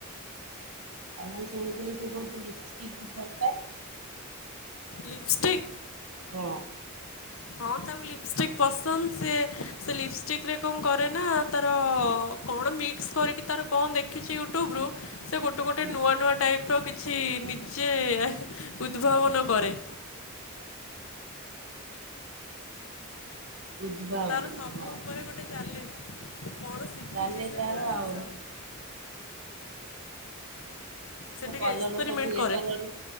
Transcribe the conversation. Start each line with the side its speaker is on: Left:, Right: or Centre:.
Right: ଆଉ ମୁଁ ଶୁଣିଥିଲି, ସିଏ କୋଉଠି ଲିପଷ୍ଟିକ କି ଭଲ ପାଏ।
Left: ଲିପ୍ ଷ୍ଟିକି।
Right: ହଁ।
Left: ହଁ ତାଙ୍କୁ ଲିପ୍ ଷ୍ଟିକ୍ ପସନ୍ଦ ସିଏ ସେ ଲିପ୍ ଷ୍ଟିକି ରେ କ'ଣ କରେ ନା ତାର। କ'ଣ ମିକ୍ସ କରିକି ତାର କ'ଣ ଦେଖିଛି ୟୁଟ୍ୟୁବ୍ ରୁ। ସେ ଗୋଟେ, ଗୋଟେ
Right: ହୁଁ
Left: ନୂଆ, ନୂଆ ଟାଇପ୍ ର କିଛି ନିଜେ ଉଦ୍ଭାବନ କରେ।
Right: ଉଦ୍ଭାବନ
Left: ତାର ସବୁ
Right: ହଁ
Left: ଉପରେ ଗୋଟେ ଚାଲେ କ'ଣ। ଶିଖିଛି
Right: ଚାଲେ
Left: ସେ
Right: ତାର
Left: ନୂଆ ଜିନିଷ।
Right: ଆଉ।
Left: ସେ
Right: ମୁଁ
Left: ଟିକେ
Right: କଲର
Left: ଏକ୍ସପେରିମେଣ୍ଟ
Right: ସବୁ ଏ
Left: କରେ
Right: କଲର।